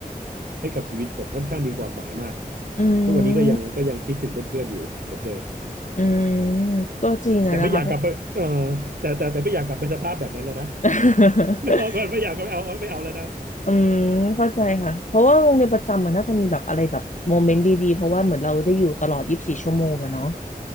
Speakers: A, on the right; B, on the left.
A: ให้กับชีวิตผมค่อนข้างมีความหมายมาก
B: อื
A: ทุกวันนี้ก็ยังก็ยังคิดถึงเพื่อนๆอยู่เหมือนเดิม
B: ม อืมก็จริงอะนะคะเพราะ
A: <laughs> แต่ไม่อยากกลับไปเออแต่แต่แต่ไม่อยากกลับไปสภาพแบบนั้นแล้วนะ
B: <laughs>
A: <laughs> ไม่เอาก่อนไม่อยากกลับไปเอาไม่เอาแล้วนะ
B: อืมเข้าใจค่ะเพราะว่าโรงเรียนประจำมันน่าจะมีแบบอะไรแบบโมเมนต์ดีๆเพราะว่าเหมือนเราได้อยู่ตลอดยี่สิบสี่ชั่วโมงอะเนาะ